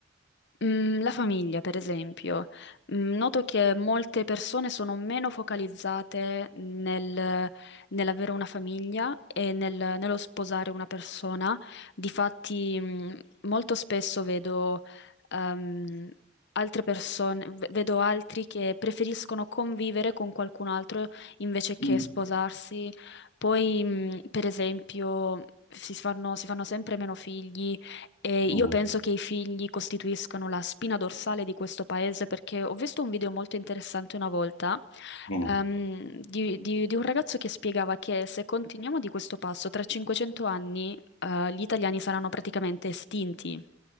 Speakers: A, on the left; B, on the left.
A: Mm, La famiglia, per esempio, Mm, noto che molte persone sono meno focalizzate nel- nell'avere una famiglia e nel- nello sposare una persona. Difatti, mm, molto spesso vedo, ehm, altre persone, v- vedo altri che preferiscono convivere con qualcun altro invece che
B: Mm.
A: sposarsi. Poi, mm, per esempio, si fanno si fanno sempre meno figli e io
B: Mm,
A: penso che i figli costituiscano la spina dorsale di questo paese perché ho visto un video molto interessante una volta
B: mm.
A: ehm, di, di- di un ragazzo che spiegava che se continuiamo di questo passo, tra 500 anni eh, gli italiani saranno praticamente estinti